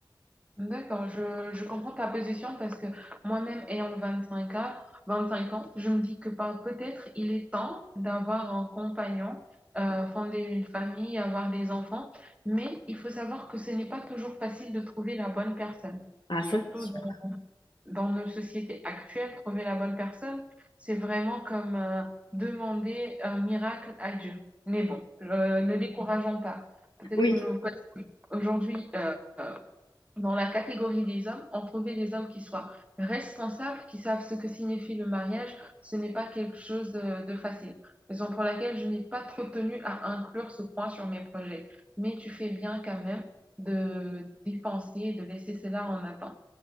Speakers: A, on the right (about 15°); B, on the left (about 70°).
A: D'accord, je, je comprends ta position parce que moi-même, ayant 25 ans, 25 ans, je me dis que par- peut-être il est temps d'avoir un compagnon, euh, fonder une famille, avoir des enfants, mais il faut savoir que ce n'est pas toujours facile de trouver la bonne personne,
B: Ah,
A: surtout
B: ça, c'est
A: dans,
B: sûr.
A: dans nos sociétés actuelles, trouver la bonne personne, c'est vraiment comme euh, demander un miracle à Dieu. Mais bon, euh, ne décourageons pas. Peut-être
B: Oui.
A: que nous, aujourd'hui, euh, dans la catégorie des hommes, on trouvait des hommes qui soient responsables, qui savent ce que signifie le mariage. Ce n'est pas quelque chose de, de facile. Raison pour laquelle je n'ai pas trop tenu à inclure ce point sur mes projets. Mais tu fais bien quand même de d'y penser et de laisser cela en attente.